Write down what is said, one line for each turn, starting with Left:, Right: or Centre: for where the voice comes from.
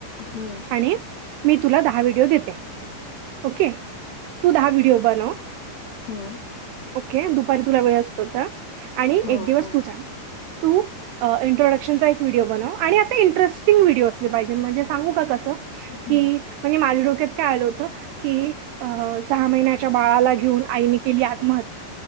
Left: हम्म
Right: आणि मी तुला दहा व्हिडिओ देते. ओके तू दहा व्हिडिओ बनव
Left: हम
Right: ओके दुपारी तुला वेळ असतो त आणि
Left: हो
Right: एक दिवस
Left: हो
Right: तुझा तू इंट्रडक्शनचा एक व्हिडिओ बनव आणि असे इंटरेस्टिंग व्हिडीओ असले पाहिजे म्हणजे सांगू का कसं
Left: हम्म
Right: की म्हणजे माझ्या डोक्यात काय आलं होत की सहा महि्याच्या बाळाला घेऊ आईने केली आत्महत्य